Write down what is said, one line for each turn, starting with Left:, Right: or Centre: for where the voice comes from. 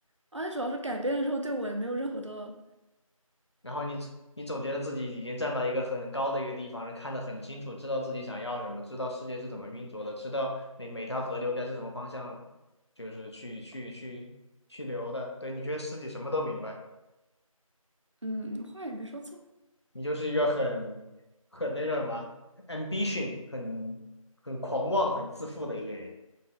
Right: 而且主要是改变了之后，对我也没有任何的，
Left: 然后你你总觉得自己已经站到一个很高的一个地方，看得很清楚，知道自己想要什么，知道世界是怎么运作的，知道每每条河流该是什么方向，就是去去去去流的，对，你觉得自己什么都明白。
Right: 嗯，话也没说错。
Left: 你就是一个很很那个叫什么啊 ambition，很很狂妄、很自负的一个人。